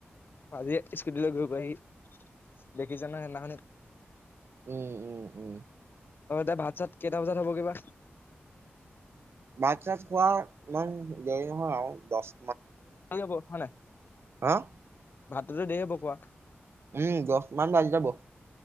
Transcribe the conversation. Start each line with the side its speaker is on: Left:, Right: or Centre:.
Left: পাজিয়ে স্কুটিলৈ ঘূৰি ফুৰে সি দেখিছানে সেইদিনাখনে
Right: উম-উম-উম
Left: অ এতিয়া ভাত চাত কেইটা বজাত হবগে বা?
Right: ভাত-চাত খোৱা ইমান দেৰি নহয় আৰু দছ
Left: দেৰি হ'ব হয় নাই?
Right: <unintelligible>
Left: ভাতটোতো দেৰি হ'ব খোৱা?
Right: উম, দছ মান বাজি যাব।